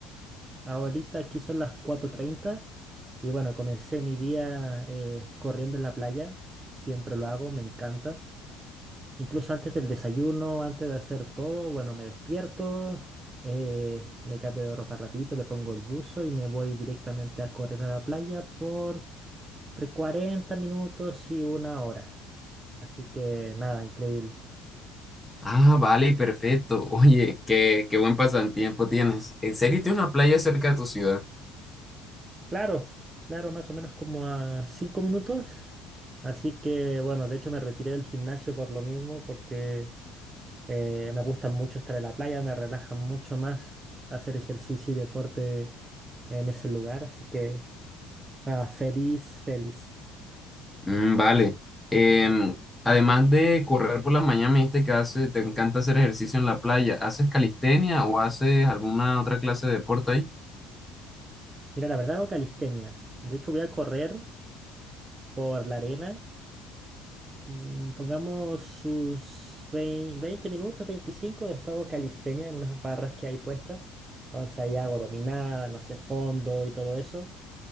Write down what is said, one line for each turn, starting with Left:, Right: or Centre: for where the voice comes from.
Right: ahorita aquí son las cuatro treinta y bueno, comencé mi día eh, corriendo en la playa. Siempre lo hago, me encanta. Incluso antes del desayuno, antes de hacer todo, bueno, me despierto, eh, me cambio de ropa rapidito, me pongo el buzo y me voy directamente a correr a la playa por entre 40 minutos y una hora. Así que nada, increíble.
Centre: Ah, vale, perfecto. <laughs> Oye, qué, qué buen pasatiempo tienes. ¿En serio tienes una playa cerca de tu ciudad?
Right: Claro, claro, más o menos como a 5 minutos. Así que bueno, de hecho me retiré del gimnasio por lo mismo, porque Eh, me gusta mucho estar en la playa, me relaja mucho más hacer ejercicio y deporte en ese lugar, así que nada, feliz, feliz.
Centre: Mm, vale. Em, además de correr por la mañana, me dijiste que hace- te encanta hacer ejercicio en la playa. ¿Haces calistenia o haces alguna otra clase de deporte ahí?
Right: Mira, la verdad hago calistenia. De hecho, voy a correr por la arena. Mm, pongamos sus vein- 20 minutos, 25 después hago calistenia en unas barras que hay puestas. Entonces ahí hago dominada, no sé, fondo y todo eso.